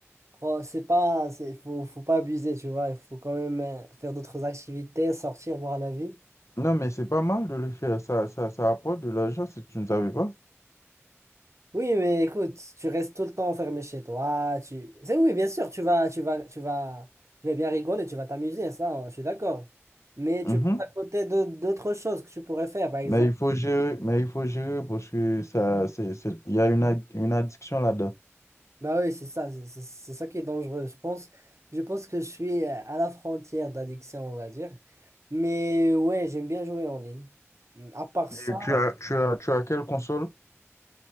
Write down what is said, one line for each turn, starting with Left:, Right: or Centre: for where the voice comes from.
Right: Pro- C'est pas, c'est, faut, faut pas abuser, tu vois. Il faut quand même euh, faire d'autres activités, sortir, voir la vie.
Left: Non, mais c'est pas mal de le faire. Ça, ça, ça apporte de l'argent si tu ne savais pas.
Right: Oui, mais écoute, tu restes tout le temps enfermé chez toi. Tu... C'est oui, bien sûr, tu vas, tu vas, tu vas, tu vas bien rigoler, tu vas t'amuser, ça, euh, je suis d'accord. Mais tu
Left: Mhm.
Right: passes à côté de- d'autres choses que tu pourrais faire, par exemple.
Left: Mais il faut gérer, mais il faut gérer parce que ça, c'est, c'est- il y a une, ad- une addiction là-dedans.
Right: Bah oui, c'est ça, c'est c'est- c'est ça qui est dangereux. Je pense, je pense que je suis euh, à la frontière d'addiction, on va dire. Mais ouais, j'aime bien jouer en ligne. Hum, À part
Left: Et
Right: ça.
Left: tu as, tu as, tu as quelle console?